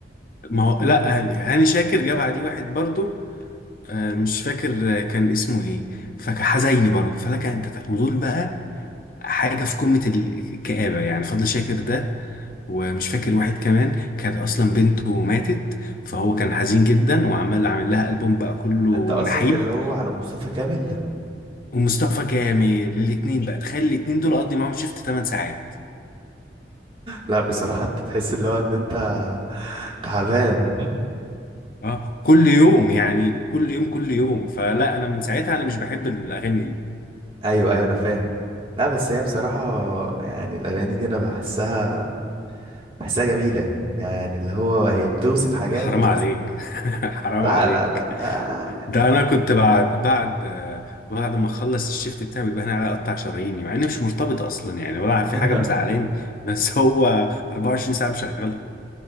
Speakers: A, on the left; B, on the right.
A: ما هو لا هاني شاكر جاب عدي واحد برضو آه مش فاكر آه، كان اسمه ايه فحزيني برضو فلك ان تتخيل ودول بقى حاجة في قمة الكآبة يعني فضل شاكر ده ومش فاكر واحد كمان كانت اصلا بنته ماتت فهو كان حزين جدا وعمال عامل لها البوم بقى كله
B: انت قصدك
A: نحيب
B: اللي هو على مصطفى كامل
A: ومصطفى كامل الاتنين بقى تخيل الاتنين دول اقضي معاهم شيفت 8 ساعات
B: لا بصراحة انت تحس اللي هو ان انت تعبان
A: اه كل يوم يعني كل يوم كل يوم فلا انا من ساعتها انا مش بحب الاغاني دي
B: ايوه ايوه انا فاهم لا بس هي بصراحة يعني الاغاني دي انا بحسها بحسها جميلة يعني اللي هو هي بتوصف حاجات
A: حرام عليك <laughs> حرام
B: لا
A: عليك
B: لا لا آه.
A: ده انا كنت بعد بعد آه، بعد ما اخلص الشيفت بتاعي بيبقى انا على اقطع شراييني مع اني مش مرتبط اصلا يعني ولا في
B: <laughs>
A: حاجه مزعلاني بس هو 24 ساعه مشغلها